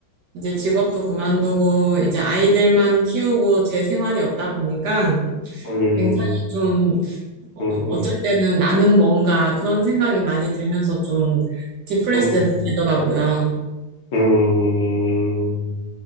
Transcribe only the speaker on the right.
이제 직업도 그만두고 이제 아이들만 키우고 제 생활이 없다 보니까
굉장히 좀 어-
어쩔
때는 나는 뭔가 그런 생각이 많이 들면서 좀 디플레스
되더라고요.